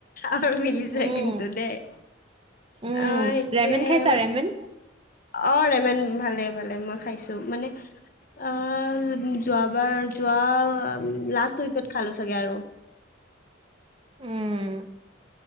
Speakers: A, on the left; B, on the right.
A: আৰু মিলিছে
B: উম
A: কিন্তু দেই
B: উম
A: অ, সটোৱে।
B: ৰেমেন খাইছা ৰেমেন
A: অ, ৰেমন ভালে-ভালে মই খাইছো মানে আহ যোৱাবাৰ যোৱা লাষ্ট উইকত খালো চাগে আৰু
B: উম,